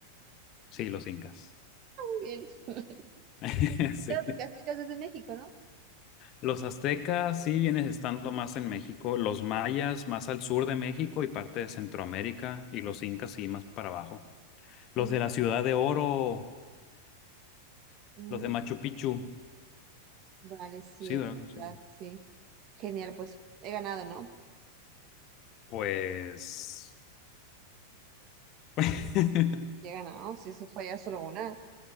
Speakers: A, on the left (about 35°); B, on the right (about 35°).
A: Sí, los incas.
B: Muy bien. <laughs>
A: <laughs> Sí.
B: Claro, porque Aztecas es de México, ¿no?
A: Los aztecas sí vienes estando más en México, los mayas más al sur de México y parte de Centroamérica, y los incas sí más para abajo. Los
B: Mm,
A: de la Ciudad de Oro,
B: mm,
A: los de Machu Picchu,
B: vale, sí,
A: sí,
B: es
A: ¿verdad?
B: verdad,
A: Sí.
B: sí. Genial, pues he ganado, ¿no?
A: Pues... <laughs>
B: Sí, He ganado, si eso falla solo una.